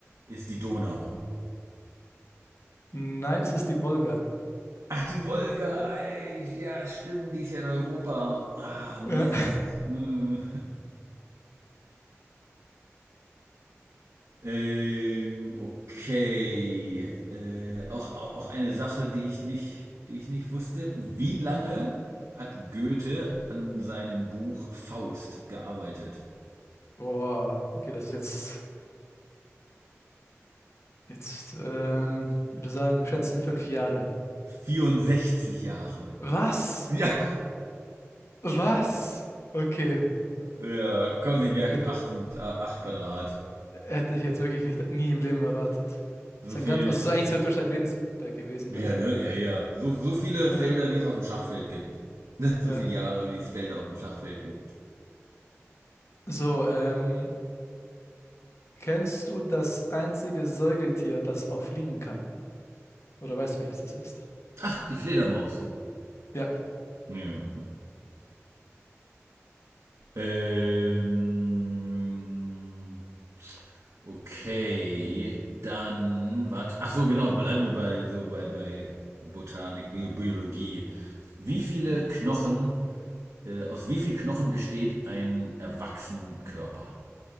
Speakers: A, on the right; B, on the left.
A: ist die Donau.
B: Nein, es ist die Wolga.
A: Ach, die Wolga, ey, ja, stimmt, die ist ja in Europa. Ah,
B: Ja.
A: Mist. Hm. Ähm, okay. Äh, auch, auch auch eine Sache, die ich nicht, die ich nicht wusste. Wie lange hat Goethe an seinem Buch Faust gearbeitet?
B: <laughs> Boah, okay, das ist jetzt, jetzt, ähm, würde sagen, schätzen fünf Jahre.
A: 64 Jahre.
B: Was?
A: Ja.
B: Was? Okay,
A: Ja, kommen Sie merken,
B: das
A: 8 8 Quadrat.
B: hätte ich jetzt wirklich nicht, nie im Leben erwartet.
A: So
B: Sein
A: viel,
B: ganz, also es ist eigentlich theoretisch sein Lebenswerk gewesen
A: Ja, ne? Ja, ja. So, so viele
B: Ja,
A: Felder, wie es auf dem Schachfeld gibt. <laughs> So
B: ja.
A: viele Jahre, wie es Felder auf dem Schachfeld gibt.
B: So, ähm, kennst du das einzige Säugetier, das auch fliegen kann? Oder weißt du, welches das ist?
A: Ach, die Fledermaus.
B: Ja.
A: Ja. Ähm, okay, dann, warte. Ach so, genau, bleiben wir bei, so bei, bei Botanik, Bio Biologie. Wie viele Knochen, äh, aus wie viel Knochen besteht ein erwachsenen Körper?